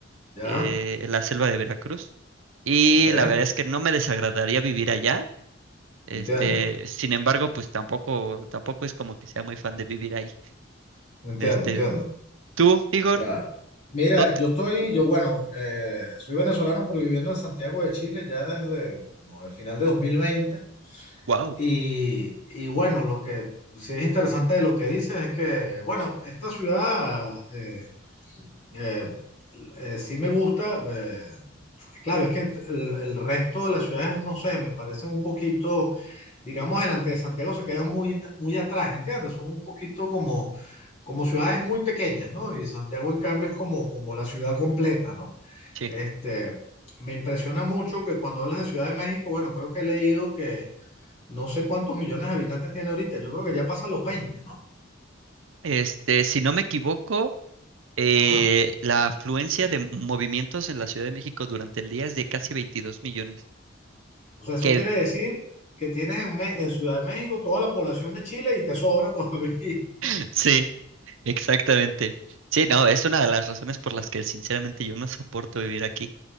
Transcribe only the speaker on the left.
Ya,
ok,
entiendo,
entiendo,
entiendo.
Ya. Mira,
yo estoy, yo bueno, eh, soy venezolano, pero viviendo en Santiago de Chile ya desde como el final de 2020.
Y, y bueno, lo que sí es interesante de lo que dices es que, bueno, esta ciudad eh, eh, eh, sí me gusta. eh, claro, es que el, el resto de las ciudades, no sé, me parecen un poquito, digamos, delante de Santiago se quedan muy, muy atrás, ¿entiendes? Son un poquito como, como ciudades muy pequeñas, ¿no? Y Santiago, en cambio, es como, como la ciudad completa, ¿no?
Este, me impresiona mucho que cuando hablas de Ciudad de México, bueno, creo que he leído que no sé cuántos millones de habitantes tiene ahorita, yo creo que ya pasa los 20, ¿no?
Ajá.
O sea, eso
quiere decir que tienes en, Me- en Ciudad de México toda la población de Chile y te sobra todavía. <laughs>